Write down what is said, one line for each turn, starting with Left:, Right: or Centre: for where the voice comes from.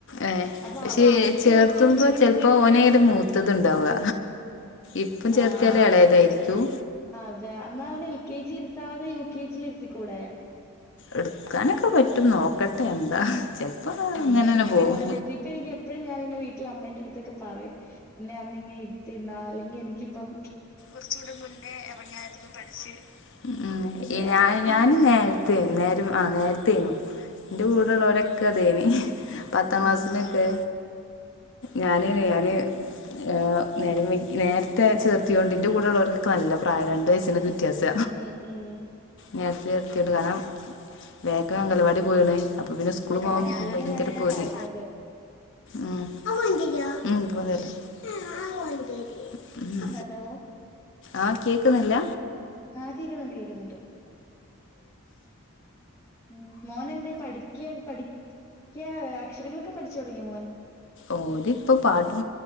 Left: ഏഹ്
Centre: അപ്പൊ
Left: പക്ഷേ
Centre: അവർക്കൊക്കെ
Left: ഏ ചേർത്തുമ്പോ
Centre: കുറച്ചുകൂടി മുന്നേ
Left: ചെലപ്പോ ഓനേത് മൂത്ത ത് ത് ണ്ടാവുക ഇപ്പം
Centre: ആഹ്
Left: ചേർത്തിയാലെ എളേതായിരിക്കും
Centre: അത് അതെ എന്നാ അവനെ എൽ കെ ജി ഇരുത്താതെ യു കെ ജിൽ ഇരുത്തിക്കൂടെ
Left: എടുക്കാനൊക്കെ പറ്റും നോക്കട്ടെ എന്താ ചെലപ്പോ
Centre: ഇങ്ങനെ
Left: അങ്ങനെന്നെ
Centre: ഇരുതുന്നെ
Left: പോവും
Centre: ആവാൻ പറ്റും ഇപ്പൊ എനിക്കെ എപ്പോഴും ഞാൻ ഇങ്ങനെ വീട്ടിൽ അമ്മേന്റെ അടുത്തൊക്കെ പറയും എന്നെ അന്ന് ഇങ്ങനെ ഇരുത്തി തിന്ന അല്ലെങ്കിൽ എനിക്കിപ്പം
Left: കുറച്ചൂടെ മുന്നേ ഇറങ്ങരുന്ന് പഠിച്ച് ഉം
Centre: എന്നൊക്കെ പറയും
Left: ഞാന് നേരത്തെ ത് നേരം ആ നേരത്തേനു എന്റെ കൂടെള്ളവരൊക്കെ അതേനി പത്താം ക്ലാസ്സിനൊക്കെ
Centre: ആഹ് ആഹ്
Left: ഞാന് റൈഹാനെ ആഹ് നേരം വൈകി നേരത്തെ ചേർത്തിയോണ്ട് എന്റെ കൂടെ ഉള്ളവർക്ക് നല്ല പ്രായരണ്ട് വയസ്സിനൊക്കെ വ്യത്യാസ
Centre: ഉം ഉം
Left: നേരത്തെ ചേർതിയൊണ്ട് കാരണം വേഗം അംഗൻവാടി പോയിണ് അപ്പൊ പിന്നെ സ്കൂള്
Centre: ഞാൻ
Left: പോവാൻ
Centre: അതുകൊണ്ട്
Left: ഭയങ്കര
Centre: ഞാനിങ്ങനെ
Left: പൂതി
Centre: പറഞ്ഞത്
Left: ഉം <unintelligible> ഉം
Centre: ഹലോ
Left: ആഹ് കേക്കുന്നില്ല
Centre: ആഹ് കേക്കുന്നുണ്ട് കേക്കുന്നുണ്ട് ഉം മോൻ എന്തേ പഠിക്ക്യ പഠിക്ക്യ അക്ഷരങ്ങളൊക്കെ പഠിച്ചു തുടങ്ങിയ മോൻ
Left: ഓര് ഇപ്പം പാട്ടും